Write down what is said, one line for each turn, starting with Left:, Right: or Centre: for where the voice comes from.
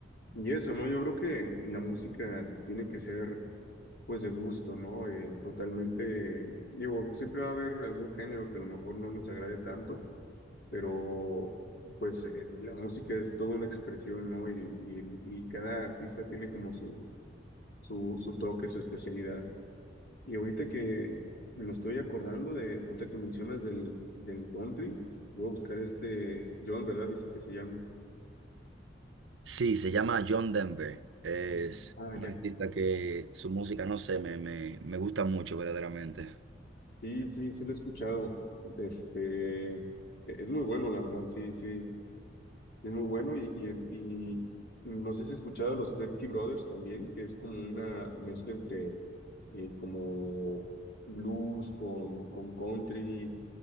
Left: Y eso, ¿no? Yo creo que la música tiene que ser, pues, de gusto, ¿no? Eh, totalmente, digo, siempre va a haber algún género que a lo mejor no nos agrade tanto, pero pues eh, la música es toda una expresión, ¿no? Y, y, y cada artista tiene como su, su, su toque, su especialidad. Y ahorita que me estoy acordando de, ahorita que mencionas del, del country, voy a buscar este, John, ¿verdad? Dice que se llama.
Right: Sí, se llama John Denver. Es
Left: Ujú. Ah,
Right: un
Left: ya.
Right: artista que su música, no sé, me, me, me gusta mucho verdaderamente.
Left: Sí, sí, sí lo he escuchado. Este, e-, es muy bueno, la verdad, sí, sí. Es muy bueno y, y, y no sé si has escuchado los Testy Brothers también, que es como una mezcla entre eh, como blues con, con country,